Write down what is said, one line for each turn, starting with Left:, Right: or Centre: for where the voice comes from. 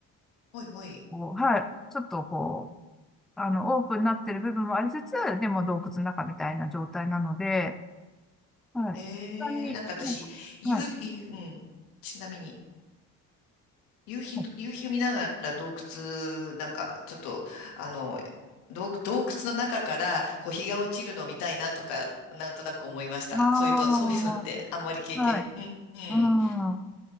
Left: おいおい。
Centre: こう、はい、ちょっとこう、あの、オープンになってる部分もありつつ、でも洞窟の中みたいな状態なので、はい。
Left: えー、
Centre: 本に、
Left: なんか私、
Centre: なんかはい。
Left: 夕日、うん。ちなみに、夕日の、
Centre: あ
Left: 夕日見ながら洞窟、なんか、ちょっと、あの、洞、洞窟の中から、こう、日が落ちるのを見たいなとか、なんとなく思いました。
Centre: あ
Left: そういうと、そういうのって、あんまり経験、
Centre: ー、はい。
Left: うん、うん。
Centre: うん。